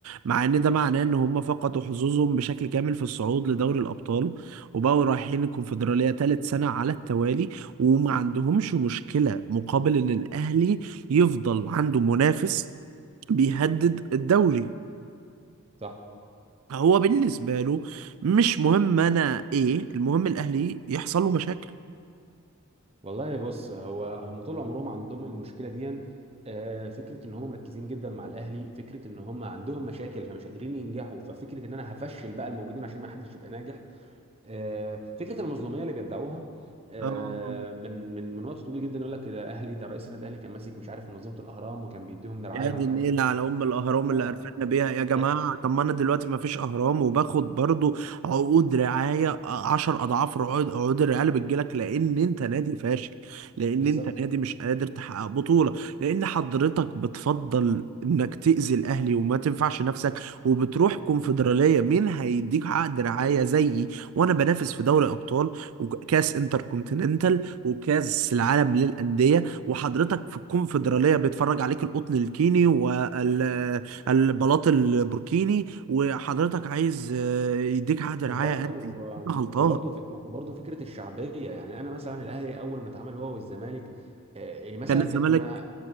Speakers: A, on the right; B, on the right.
A: مع إن ده معناه إن هم فقدوا حظوظهم بشكل كامل في الصعود لدوري الأبطال وبقوا رايحين الكونفدرالية تالت سنة على التوالي وما عندهمش مشكلة مقابل إن الأهلي يفضل عنده منافس بيهدد الدوري
B: <laughs> صح
A: هو بالنسبة له مش مهم أنا إيه المهم الأهلي يحصل له مشاكل
B: والله بص هو هم طول عمرهم عندهم المشكله دي آه، فكره ان هم مركزين جدا مع الاهلي فكره ان هم عندهم مشاكل فمش قادرين ينجحوا ففكره ان انا هفشل بقى الموجودين عشان ما حدش يبقى ناجح آه، فكره المظلوميه اللي بيدعوها آه،
A: اه
B: من من من وقت طويل جدا يقول لك ده الاهلي ده رئيس النادي الاهلي كان ماسك مش عارف منظمه الاهرام وكان بيديهم دراعيه
A: يا دي
B: ومش
A: النيلة
B: عارف ايه
A: على أم الأهرام
B: اه
A: اللي قرفنا بيها يا جماعة
B: لا
A: طب ما أنا دلوقتي ما فيش أهرام وباخد برضو عقود رعاية عشر أضعاف عقود عقود الرعاية اللي بتجيلك لأن أنت نادي فاشل لأن
B: بالظبط
A: أنت نادي مش قادر تحقق بطولة لأن حضرتك بتفضل إنك تأذي الأهلي وما تنفعش نفسك وبتروح كونفدرالية مين هيديك عقد رعاية زيي وأنا بنافس في دوري أبطال وكأس انتر كونتيننتال وكأس العالم للأندية وحضرتك في الكونفدرالية بيتفرج عليك القطن الكيني والبلاط البوركيني وحضرتك عايز آه، يديك عقد رعاية
B: وبرضه
A: قد ايه؟ أنت غلطان
B: وبرضه ف- وبرضه فكره الشعبيه يعني انا مثلا الاهلي اول ما اتعمل هو والزمالك آه، يعني مثلا
A: كان الزمالك
B: كانت ما